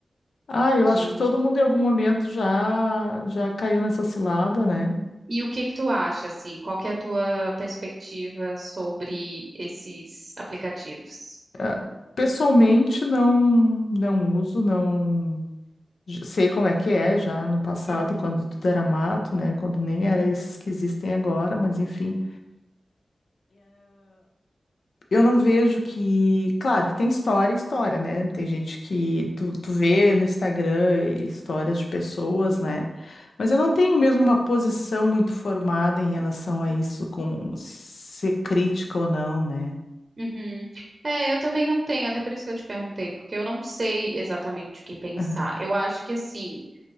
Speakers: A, on the left (about 85°); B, on the right (about 40°).
A: Ah, eu
B: Entendi.
A: acho que todo mundo em algum momento já já caiu nessa cilada, né?
B: E o que que tu acha, assim? Qual que é a tua perspectiva sobre esses aplicativos?
A: Ah, Pessoalmente não não uso, não j- sei como é que é já no passado,
B: Uhum,
A: quando tudo era mato, né? Quando nem
B: uhum,
A: era esses que existem agora, mas enfim. Eu não vejo que. Claro, que tem história, história, né? Tem gente que tu, tu vê no Instagram histórias de pessoas, né? Mas eu não tenho mesmo uma posição muito formada em relação a isso, com ser crítica ou não, né?
B: uhum. É, eu também não tenho, até por isso que eu te perguntei, porque eu não sei exatamente o que pensar.
A: Aham.
B: Eu acho que, assim,